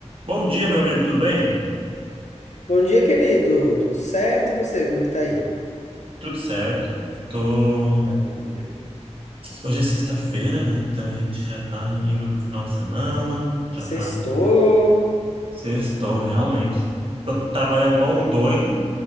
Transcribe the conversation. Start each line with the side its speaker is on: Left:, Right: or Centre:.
Right: Bom dia, meu amigo, tudo bem?
Left: Bom dia, querido. Tudo certo? E você, como é que tá aí?
Right: Tudo certo. Tô...
Left: Maravilha.
Right: Hoje é sexta-feira, né? Então a gente já tá indo pro final de semana, já tá
Left: Sextou?
Right: sextou, realmente. Tô trabalhando igual um doido